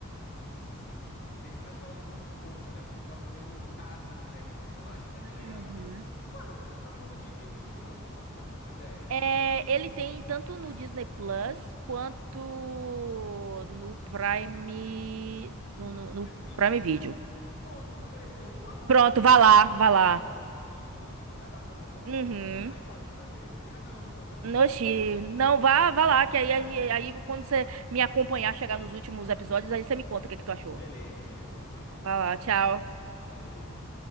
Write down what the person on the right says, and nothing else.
Uhum.
É, ele tem tanto no Disney Plus quanto no Prime, no, no,
no
Prime Video.
Pronto, vá lá,
vá lá.
Uhum.
Oxi,
não, vá, vá lá, que aí, aí, aí quando você me acompanhar, chegar nos últimos episódios, aí você me conta o que que tu achou.
Vá lá, tchau.